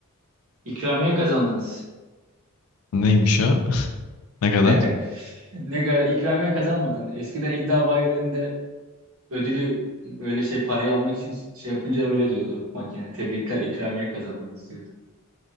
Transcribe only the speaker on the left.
Neymiş o? <laughs> Ne kadar?